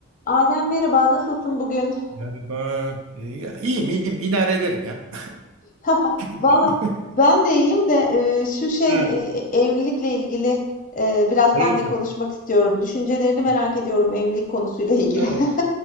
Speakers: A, on the left; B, on the right.
A: Adem merhaba, nasılsın bugün?
B: Merhaba. Ee, ya, iyiyim iyiyim. İdare ederim ya.
A: <laughs>
B: <laughs>
A: Valla ben de iyiyim de e, şu şey
B: Ha,
A: e, evlilikle ilgili e, biraz
B: hayırdır?
A: seninle konuşmak istiyorum. Düşüncelerini merak
B: Ha,
A: ediyorum evlilik konusuyla ilgili.
B: ha.
A: <laughs>